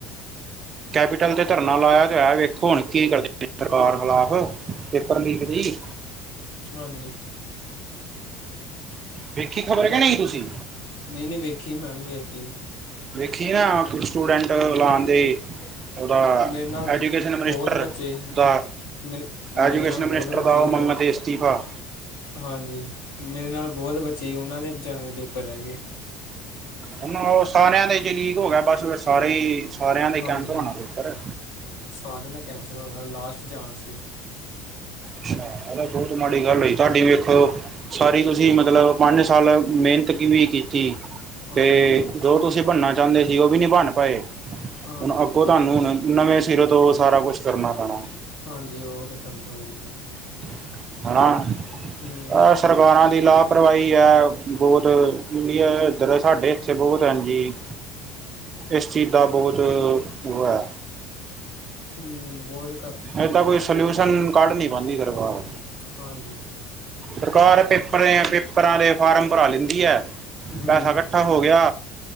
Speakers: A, on the right; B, on the left.
A: ਕੈਪੀਟਲ ਤੇ ਧਰਨਾ ਲਾਇਆ ਤੇ ਹੋਇਆ ਵੇਖੋ ਹੁਨ ਕੀ ਕਰਦੇ ਸਰਕਾਰ ਖਿਲਾਫ਼ ਪੇਪਰ ਲੀਕ ਦੀ।
B: ਹਾਂਜੀ।
A: ਵੇਖੀ ਖਬਰ ਕੇ ਨਈ ਤੁਸੀਂ?
B: ਨਈ-ਨਈ ਵੇਖੀ, ਮੈਂ ਵੀ ਵੇਖੀ।
A: ਵੇਖੀਨਾ ਕੁ ਸਟੂਡੈਂਟ <unintelligible>
B: ਹਾਂਜੀ
A: ਉਹਦਾ
B: ਮੇਰੇ ਨਾਲ ਬਹੁਤ
A: ਐਜੂਕੇਸ਼ਨ ਮਨਿਸਟਰ
B: ਬੱਚੇ ਸੀ
A: ਦਾ।
B: ਮੇ
A: ਐਜੂਕੇਸ਼ਨ
B: ਮੇਰੇ ਨਾਲ
A: ਮਨਿਸਟਰ
B: ਬਹੁਤ ਬੱਚੇ
A: ਦਾ ਓ
B: ਸੀ
A: ਮੰਗ
B: ਉਹ
A: ਤੇ ਇਸਤੀਫਾ।
B: ਹਾਂਜੀ, ਮੇਰੇ ਨਾਲ ਬੋਤ ਬੱਚੇ ਈ, ਉਹਨਾਂ ਦੇ ਬਚਿਆਂ ਦੇ ਪੇਪਰ ਰੇਹਗੇ।
A: ਹੁਨ ਉਹ ਸਾਰਿਆਂ ਦੇ ਜੇ ਲੀਕ ਹੋ ਗਿਆ, ਬਸ ਫੇਰ ਸਾਰੇ ਈ ਸਾਰਿਆਂ ਦੇ
B: ਹਾਂਜੀ
A: <unintelligible> ਹੋਣਾ ਪੇਪਰ।
B: ਸਾਰਿਆਂ ਦਾ ਕੈਂਸਲ ਹੋ ਗਿਆ ਲਾਸਟ ਚਾਂਸ ਸੀ।
A: ਅੱਛਾ ਬਹੁਤ ਮਾੜੀ ਗੱਲ ਹੋਈ ਤੁਹਾਡੀ ਵੇਖੋ ਸਾਰੀ ਤੁਸੀਂ ਮਤਲਬ ਪੰਜ ਸਾਲ ਮਿਹਨਤ ਕਿਵੇਂ ਕੀਤੀ
B: ਹਾਂਜੀ
A: ਤੇ ਜੋ ਤੁਸੀਂ ਬਨਨਾ ਚਾਂਦੇ ਸੀ ਉਹ ਵੀ ਨਹੀਂ ਬਨ ਪਾਏ,
B: ਹਾਂਜੀ
A: ਹੁਨ ਅੱਗੋਂ ਤਾਨੂੰ ਹੁਨ ਨਵੇਂ ਸਿਰੋ ਤੋਂ ਸਾਰਾ ਕੁਛ ਕਰਨਾ ਪੈਣਾ।
B: ਹਾਂਜੀ ਉਹ ਤੇ ਕਰਨਾ ਹੋਊਗਾ ਈ।
A: <unintelligible>
B: ਹੂੰ
A: ਸਰਕਾਰਾਂ ਦੀ ਲਾਪਰਵਾਹੀ ਐ, ਬੋਤ, ਇੰਡਿਆ ਇੱਧਰ ਸਾਡੇ ਇੱਥੇ ਬੋਤ ਏਂਨਜੀ
B: <inaudible>
A: ਏਸ ਚੀਜ਼ ਦਾ ਬੋਤ, ਉਹ ਹੈ
B: ਹੁੰ, ਬੋਤ
A: ਏਦਾ ਕੋਈ ਸੋਲਿਊਸ਼ਨ ਕੱਢ ਨੀ ਪਾਂਦੀ ਸਰਕਾਰ।
B: ਹਾਂਜੀ।
A: ਸਰਕਾਰ ਪੇਪਰ ਪੇਪਰਾਂ ਦੇ ਫਾਰਮ ਭਰਾ ਲੈਂਦੀ ਹੈ
B: ਹੂੰ
A: ਪੈਹਾ ਕੱਠਾ ਹੋ ਗਿਆ।